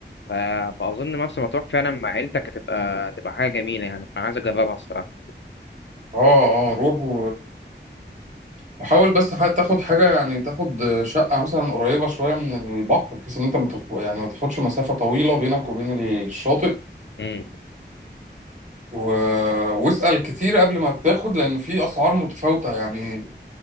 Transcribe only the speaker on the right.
اه اه روح و... وحاول بس ح- تاخد حاجة يعني تاخد شقة مثلا قريبة شوية من البحر بحيث ان انت متف... يعني ما تاخدش مسافة طويلة بينك وبين الشاطئ
و... واسأل كتير قبل ما تاخد لان في اسعار متفاوتة يعني